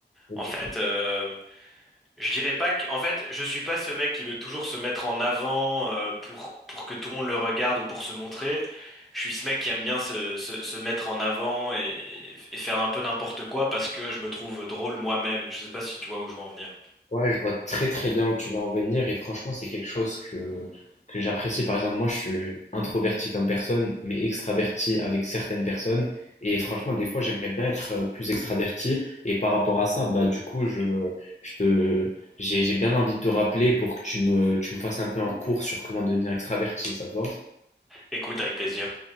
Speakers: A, on the left; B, in the centre.
A: Ok.
B: En fait, euh, Je dirais pas que, en fait, je suis pas ce mec qui veut toujours se mettre en avant euh, pour pour que tout le monde le regarde ou pour se montrer. Je suis ce mec qui aime bien se se, se mettre en avant et, et faire un peu n'importe quoi parce que je me trouve drôle moi-même. Je sais pas si tu vois où je veux en venir.
A: Ouais, je vois très très bien où tu veux en venir et franchement, c'est quelque chose que, que j'apprécie. Par exemple, moi, je suis introverti comme personne, mais extraverti avec certaines personnes. Et franchement, des fois, j'aimerais bien être euh, plus extraverti. Et par rapport à ça, bah, du coup, je, je te, j'ai, j'ai bien envie de te rappeler pour que tu me, tu me fasses un peu un cours sur comment devenir extraverti. Ça te va?
B: Écoute avec plaisir.